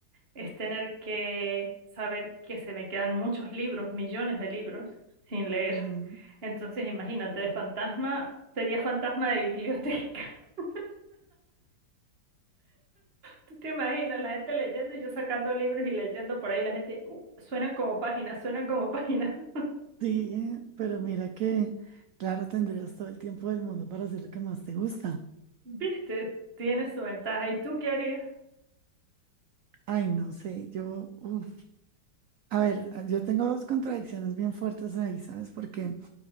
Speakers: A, on the right (about 30°); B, on the right (about 85°).
A: es tener que saber que se me quedan muchos libros, millones de libros sin leer.
B: Mm,
A: Entonces, imagínate, de fantasma, sería fantasma de biblioteca. <laughs> ¿Tú te imaginas la gente leyendo y yo sacando libros y leyendo por ahí? La gente, "Uh, suenan como páginas, suenan como páginas. <laughs>
B: sí, eh, pero mira que, claro, tendrías todo el tiempo del mundo para hacer lo que más te gusta.
A: ¿Viste? Tiene su ventaja. ¿Y tú qué harías?
B: Ay, no sé, yo, uf. A ver, yo tengo dos contradicciones bien fuertes ahí, ¿sabes? Porque